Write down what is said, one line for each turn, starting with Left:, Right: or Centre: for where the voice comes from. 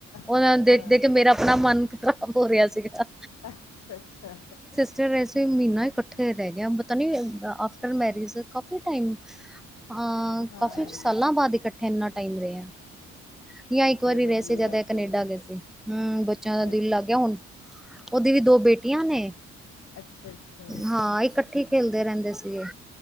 Centre: ਉਹਨਾਂ
Left: ਅੱਛਾ
Centre: ਨੂੰ ਦੇਖਦੇ ਦੇਖਦੇ ਮੇਰਾ ਆਪਣਾ ਮਨ ਖ਼ਰਾਬ ਹੋ ਰਿਹਾ ਸੀਗਾ।
Left: ਅੱਛਾ ਅੱਛਾ।
Centre: ਚਲੋ ਵੈਸੇ ਮਹੀਨਾ ਇਕੱਠੇ ਰਹਿ ਗਿਆ ਪਤਾ ਨੀ ਆਫਟਰ ਮੈਰਿਜ ਕਾਫੀ ਟਾਈਮ। ਅਹ
Left: ਹਾਂ
Centre: ਕਾਫੀ
Left: ਜੀ
Centre: ਸਾਲਾਂ ਬਾਅਦ ਇਕੱਠੇ ਇੰਨਾ ਟਾਈਮ ਰਹੇ ਆ।
Left: ਹਾਂ
Centre: ਜਾਂ
Left: ਬੱਚਿਆਂ
Centre: ਇੱਕ ਵਾਰੀ
Left: ਦਾ
Centre: ਰਹੇ
Left: ਦਿਲ
Centre: ਸੀ। ਜਦ
Left: ਲੱਗ
Centre: ਇਹ ਕਨੇਡਾ
Left: ਗਿਆ ਹੋਣਾ
Centre: ਗਏ ਸੀ। ਹੂੰ ਬੱਚਿਆਂ ਦਾ
Left: ਅੱਛਾ
Centre: ਦਿਲ ਲੱਗ ਗਿਆ ਹੁਣ। ਉਹਦੇ ਵੀ ਦੋ ਬੇਟੀਆਂ ਨੇ
Left: ਅੱਛਾ ਅੱਛਾ
Centre: ਹਾਂ ਇਕ। ਇੱਕਠੇ ਖੇਲਦੇ ਰਹਿੰਦੇ ਸੀ ਇਹ।